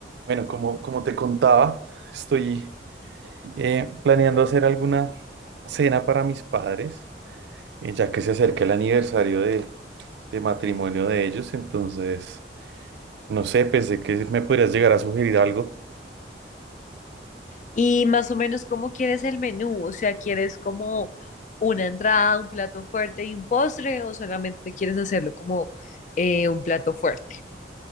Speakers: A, on the right; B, on the left.
A: Bueno, como, como te contaba, estoy eh, planeando hacer alguna cena para mis padres, eh, ya que se acerca el aniversario de, de matrimonio de ellos. Entonces, no sé, pensé que me podrías llegar a sugerir algo.
B: Y más o menos, ¿cómo quieres el menú? O sea, ¿quieres como una entrada, un plato fuerte y un postre o solamente quieres hacerlo como eh, un plato fuerte?